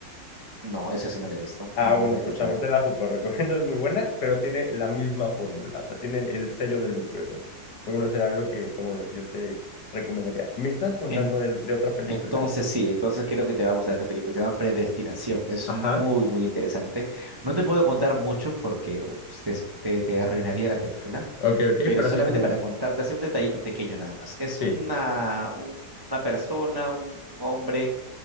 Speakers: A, on the right; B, on the left.
A: No, eso sí no lo he visto,
B: Ah,
A: ni,
B: bueno,
A: ni- ni he escuchado.
B: pues también te la súper recomiendo, <laughs> es muy buena, pero tiene la misma fórmula, o sea, tiene el sello de Luc Besson. Bueno, será algo que, como lo que yo te recomendaría. Me estás contando
A: En-
B: de, de otra película.
A: entonces sí, entonces creo que te va a gustar esta película. Se llama Predestinación. Es
B: Ajá,
A: muy, muy interesante. No te puedo contar mucho porque uf, te, te te arruinaría la película
B: ok, ok,
A: pero
B: pero
A: solamente
B: así como,
A: para contarte, así un detallito pequeño nada más. Es
B: sí,
A: una, un- una persona, un hombre